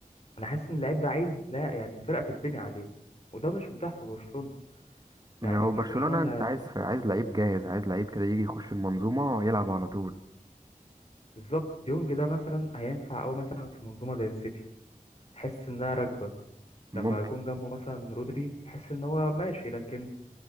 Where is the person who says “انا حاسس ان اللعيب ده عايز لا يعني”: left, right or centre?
Left